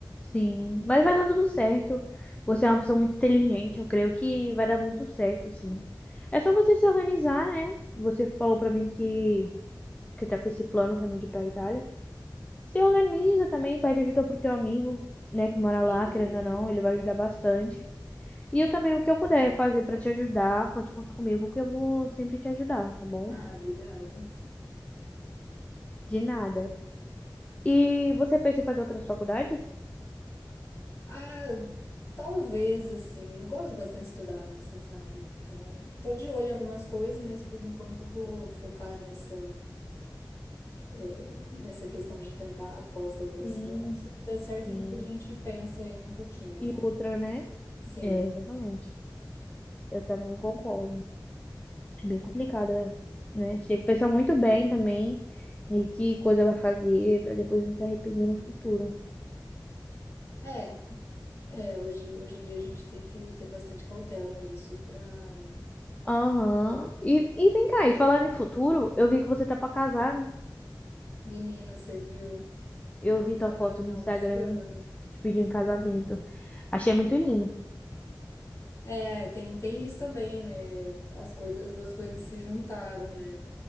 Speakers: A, on the left; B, on the left.
A: Sim, mas vai dar tudo certo. Você é uma pessoa muito inteligente, eu creio que vai dar muito certo, sim. É só você se organizar, né? Você falou pra mim que que tá com esse plano também de ir pra Itália. Se organiza também, pede ajuda pro teu amigo, né, que mora lá,
B: Sim,
A: querendo ou não, ele
B: sim.
A: vai ajudar bastante. E eu também, o que eu puder fazer pra te ajudar, pode contar comigo, que eu vou sempre te ajudar, tá bom?
B: Ah, obrigada.
A: De nada. E você pensa em fazer outras faculdades?
B: Ah, talvez, assim, eu gosto bastante de estudar, né, você sabe. Então, tô de olho em algumas coisas, mas por enquanto eu vou focar nessa, eh, nessa questão de tentar a pós-graduação.
A: Sim,
B: Se não der certo,
A: sim.
B: depois a gente pensa aí um pouquinho,
A: E
B: né?
A: outra, né?
B: Sim.
A: É, exatamente. Eu também concordo. É bem complicada, né? A gente tem que pensar muito bem também em que coisa vai fazer pra depois não se arrepender no futuro.
B: É, É, hoje, hoje em dia a gente tem que ter bastante cautela nisso pra...
A: Aham. E, e vem cá, e falando em futuro, eu vi que você tá pra casar, né?
B: Menina, você viu?
A: Eu
B: Vai
A: vi tua
B: casar
A: foto
B: final
A: no Instagram,
B: desse ano.
A: te pediu em casamento. Achei muito lindo.
B: É, tem, tem isso também, né? As coisas, as duas coisas se juntaram, né?